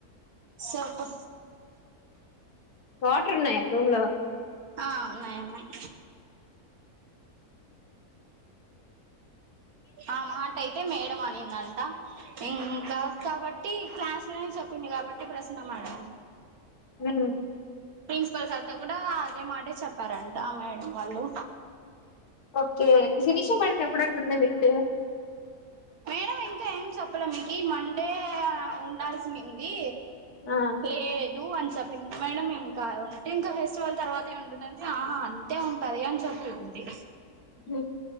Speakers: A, on the right; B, on the left.
A: సోప్పు
B: వాటర్ ఉన్నాయా రూమ్ లో
A: ఆ ఉన్నాయి ఉన్నాయి ఆ మాట అయితే మేడమ్ అనింది అంట ఇంకా కాబట్టి క్లాస్ లో చెప్పింది కాబట్టి ప్రసన్న మేడం
B: హు
A: ప్రిన్సిపల్ సార్తో కూడా అదే మాటే చెప్పారంట మేడం వాళ్ళు
B: ఓకే శిరీష మేడం ఎప్పుడు అంటుంది మిడ్డు
A: మేడం ఇంకా ఏం చెప్పలే మీకి మండే ఉండాల్సింది
B: ఆ
A: లేదు అని చెప్ మేడం ఇంకా ఉంటే ఇంకా ఫెస్టివల్ తర్వాత ఏ ఉంటుందని అంతే ఉంటది అని చెప్పింది
B: హ్మ్మ్